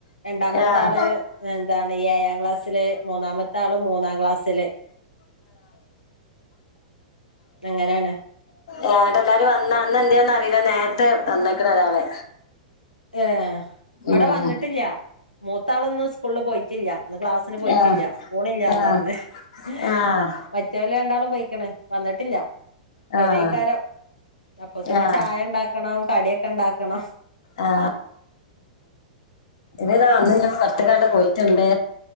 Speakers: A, on the left (about 85°); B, on the left (about 55°).
A: രണ്ടാമത്തെ
B: ആഹ്
A: ആള് എന്താണ് ഏഴാ ക്ലാസ്സില് മൂന്നാമത്തെ ആളും മൂന്നാം ക്ലാസ്സില് അങ്ങനെയാണ്
B: ആ ആടെ എല്ലാരും വന്ന ന്ന് എന്തേന്ന് അറില നേര് റ്റ് വന്ന്ന്ക്ക്ണ ഒരാള്
A: ഏ ഇവട
B: ഉം
A: വന്നിട്ടില്ല മൂത്താളൊന്നും സ്കൂൾ പോയിറ്റ്‌ല്ല ന്ന് ക്ലാസ്സിന് പോയിറ്റ്‌ല്ല
B: ആഹ്
A: പോണില്ലാന്നർഞ്
B: ആഹ്
A: ഏ
B: ആഹ്
A: മറ്റോല് രണ്ടാളും പൊയ്ക്കണ് വന്നട്ടില്ല
B: ആഹ്
A: വരയ്ക്കാരം അപ്പൊതന്നെ
B: ആഹ്
A: ചായണ്ടാക്കണം കടിയക്കെണ്ടാക്കണം
B: ആ ഇതരവന്നില്ല പൊർത്തകണ്ട് പോയിട്ട്ണ്ട്